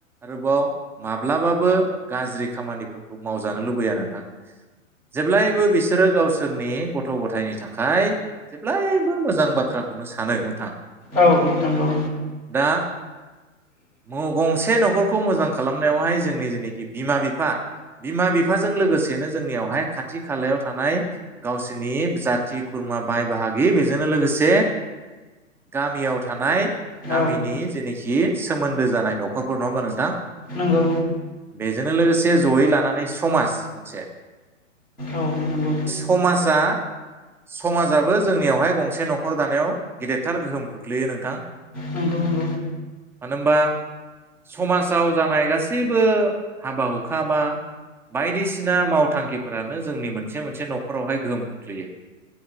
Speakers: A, in the centre; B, on the left (about 85°).
A: आरोबाव माब्लाबाबो गाज्रि खामानिफोरखौ मावजानो लुबै या नोंथां जेब्लायबो बिसोरो गाव सोरनि गथ' गथायनि थाखाय जेब्लायबो मोजां बाथ्राखौनो सानो नोंथां।
B: औ नंगौ।
A: दा मौ गंसे न'खरखौ मोजां खालामनायावहाय जोंनि जेनोखि बिमा बिफा बिमा बिफाजों लोगोसेनो जोंनियावहाय खाथि खालायाव थानाय गावसोरनि जाथि खुरमा बाय बाहागि बेजोंनो लोगोसे गामियाव थानाय
B: औ
A: गामिनि जेेने खि सोमोन्दो जानाय न'खरफोर नङा होमबा नोंथां?
B: नंगौ
A: बेजोंनो लोगोसे जयै लानानै समाज मोनसे।
B: औ नंगौ।
A: समाजआ समाजाबो जोंनियावहाय गंसे न'खर दानायाव गेदेदथार गोहोम खोख्लैयो नोंथां।
B: नंगौ नों
A: मानो होनबा समाजाव जानाय गासैबो हाबा हुखा बा बायदिसिना मावथांखिफोरानो जोंनि मोनसे मोनसे न'खरावहाय गोहोम खोख्लैयो।